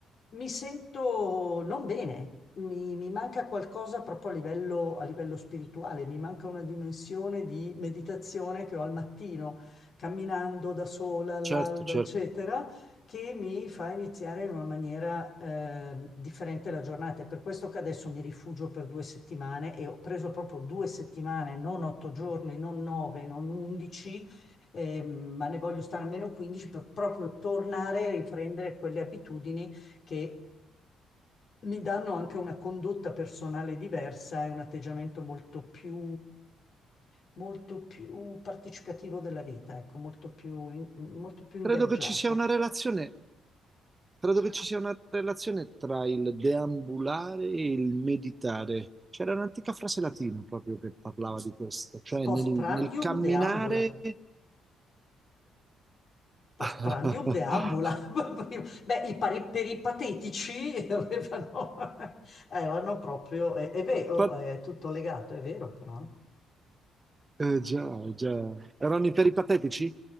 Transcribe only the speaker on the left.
mi sento non bene, mi, mi manca qualcosa proprio a livello, a livello spirituale, mi manca una dimensione di meditazione che ho al mattino, camminando da sola all'alba,
eccetera. che mi fa iniziare in una maniera eh, differente la giornata. È per questo che adesso mi rifugio per due settimane e ho preso proprio due settimane, non otto giorni, non nove, non undici, eh, ma ne voglio stare almeno 15 per proprio tornare a riprendere quelle abitudini che mi danno anche una condotta personale diversa e un atteggiamento molto più, molto più partecipativo della vita, ecco, molto più, in- molto più
ingaggiato.
Postprandium
deambula. Postprandium
deambula. <laughs> Beh, i pari- per i patetici <laughs> avevano, eh, avevano proprio, è, è vero,
è tutto legato, è vero però.